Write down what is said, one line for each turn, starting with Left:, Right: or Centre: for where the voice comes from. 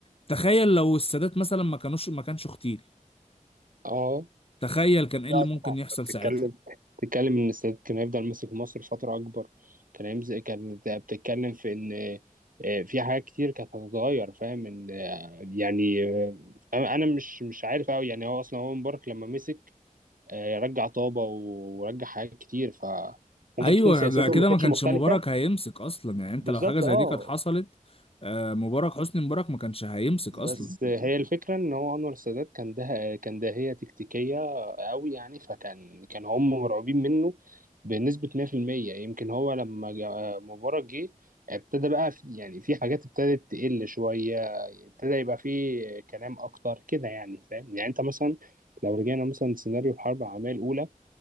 Left: تخيل لو السادات مثلا ما كانوش ما كانش اغتيل
Right: أه
Left: تخيل كان ايه
Right: لا
Left: اللي ممكن
Right: طبعا
Left: يحصل
Right: أنت بتتكلم
Left: ساعتها
Right: بتتكلم إن السادات كان هيفضل ماسك مصر فترة أكبر كان هيمسك كان بتتكلم في إن آه، في حاجات كتير كانت هتتغير فاهم إن آه، يعني آه، أنا أنا مش مش عارف أوي يعني هو أصلا هو مبارك لما مسك آه، رجع طابة و- ورجع حاجات كتير فممكن
Left: ايوه
Right: تكون سياسته
Left: ده كده
Right: ما كانتش
Left: ما كانش
Right: مختلفة
Left: مبارك هيمسك اصلا يعني انت
Right: بالظبط
Left: لو حاجة زي
Right: اه
Left: دي كانت حصلت آه، مبارك حسني مبارك ما كانش هيمسك اصلا
Right: بس آه، هي الفكرة ان هو انور السادات كان ده كان داهية تكتيكية قوي يعني فكان كان هم مرعوبين منه بنسبة 100% يمكن هو لما جا- مبارك جه ابتدى بقى في يعني في حاجات ابتدت تقل شوية ابتدى يبقى في كلام اكتر كده يعني فاهم يعني انت مثلا لو رجعنا مثلا سيناريو الحرب العالمية الأولى